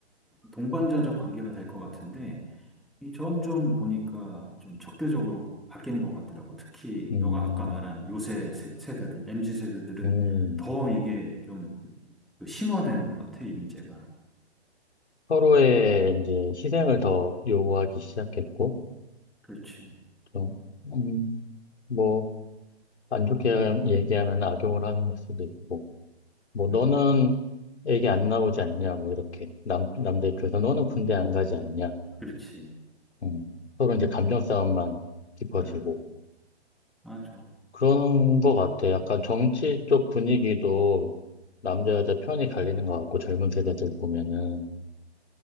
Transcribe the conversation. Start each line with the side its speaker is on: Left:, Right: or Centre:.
Centre: 동반자적 관계가 될 것 같은데 이 점점 보니까 좀 적대적으로 바뀌는 것 같더라고. 특히
Left: 음,
Centre: 너가 아까 말한 요새 세, 대들 MZ 세대들은
Left: 음,
Centre: 더 이게 좀그 심화되는 것 같아, 이 문제가.
Left: 서로의 이제 희생을 더 요구하기 시작했고,
Centre: 그렇지.
Left: 또, 음, 뭐, 안 좋게 얘기하면 악용을 하는 걸 수도 있고, 뭐,
Centre: 음,
Left: 너는 애기 안 나오지 않냐, 뭐, 이렇게. 남, 남자 입장에서 너는 군대 안 가지 않냐.
Centre: 그렇지.
Left: 음, 서로 이제 감정 싸움만 깊어지고,
Centre: 음, 맞아.
Left: 그런 것 같아. 약간 정치 쪽 분위기도 남자 여자 편이 갈리는 것 같고 젊은 세대들 보면은